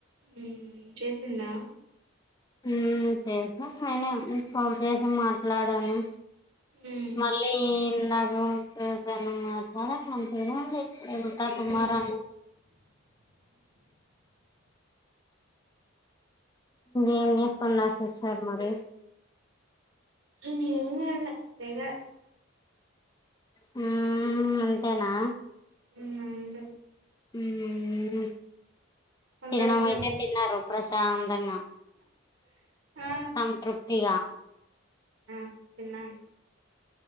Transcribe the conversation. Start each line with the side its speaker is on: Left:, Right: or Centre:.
Right: హుమ్మ్ చేసిందా
Left: హుమ్మ్ చేసా నేన ఫోన్ చేసి మాట్లాడాను
Right: మ్మ్
Left: మళ్ళీ నాకుట్లా <unintelligible> ఎంత కుమార్
Right: ఏం
Left: అన్న ఏం చేస్తున్నార్ సిస్టర్ మరి
Right: ఎం జేయలా <unintelligible>
Left: హుమ్మ్ అంతేనా
Right: ఉ ఉంది
Left: హుమ్మ్
Right: కొందరేమంటారు
Left: తినడం అయితే తిన్నారు ప్రశాంతంగా
Right: ఆ
Left: సంతృప్తిగా
Right: ఆ తిన్నాను